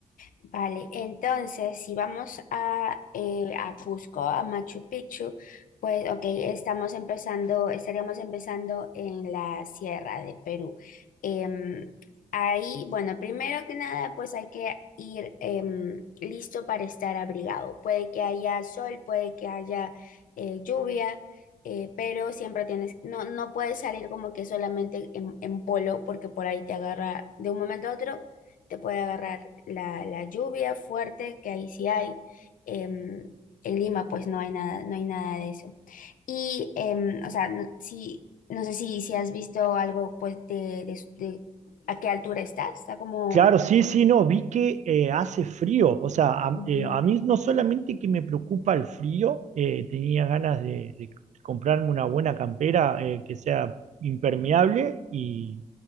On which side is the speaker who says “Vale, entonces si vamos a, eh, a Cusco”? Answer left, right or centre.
Left